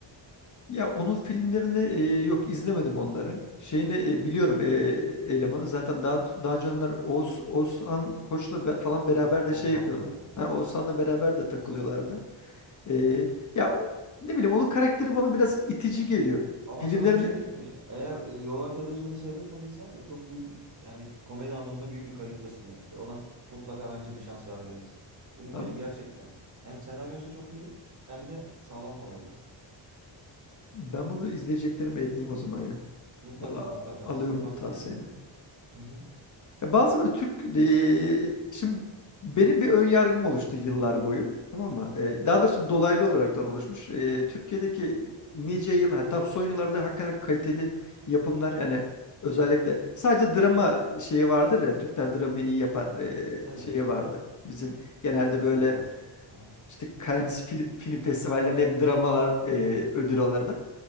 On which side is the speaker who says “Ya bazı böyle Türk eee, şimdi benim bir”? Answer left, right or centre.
Left